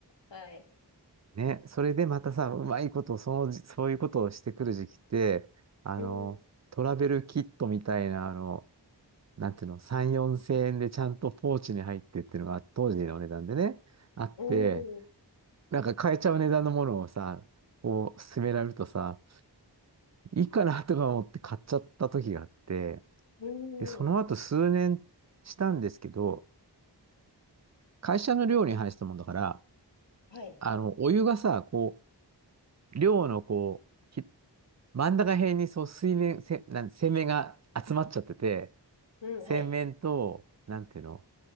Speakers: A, on the left; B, on the right.
A: はい。
B: ね、それでまたさ、うまいこと、その、そういうことをしてくる時期って、あの、
A: うん、
B: トラベルキットみたいな、あの、なんていうの、3、4千円でちゃんとポーチに入ってっていうのが当時の値段でね、あって、
A: うん、
B: なんか買えちゃう値段のものをさ、こう勧められるとさ、いいかなとか思って買っちゃった時があって、
A: う
B: で、その後数年したんですけど、
A: ん。
B: 会社の寮に入したもんだから、
A: はい。
B: あの、お湯がさ、こう、寮のこう、ひ真ん中辺にそう水面、せ、なん、洗面が集まっちゃってて、
A: うん、
B: 洗面と、
A: はい。
B: なんていうの、